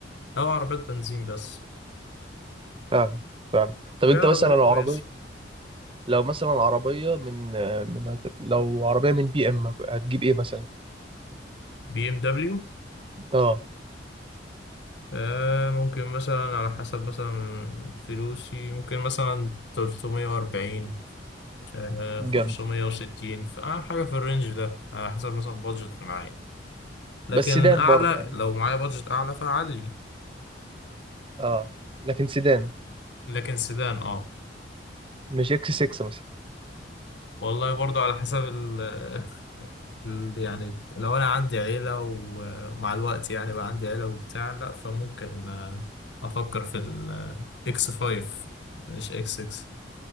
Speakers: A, on the left; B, on the right.
A: او عربيات بنزين بس
B: فعلا فعلا طب
A: في
B: انت
A: عربيات
B: مثلا العربية
A: كويسة
B: لو مثلا عربية من من لو عربية من بي ام هتجيب ايه مثلا؟
A: بي ام دبليو
B: اه
A: آه ممكن مثلا على حسب مثلا فلوسي ممكن مثلا 340 آه
B: جنب
A: 560 فحاجة في الرينج ده على حسب مثلا بادجت اللي معايا لكن
B: بس سيدان
A: أعلى
B: برضه يعني
A: لو معايا بادجت أعلى فأعلي
B: اه لكن سيدان
A: لكن سيدان اه
B: مش اكس 6 مثلا
A: والله برضو على حسب ال <laughs> ال- يعني لو أنا عندي عيلة و- ومع الوقت يعني بقى عندي عيلة وبتاع لأ فممكن آه، أفكر في الإكس 5 مش إكس 6